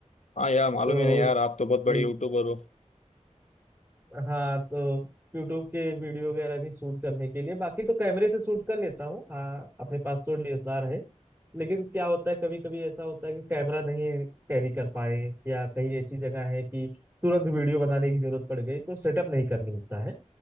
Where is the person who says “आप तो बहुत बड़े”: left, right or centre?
Left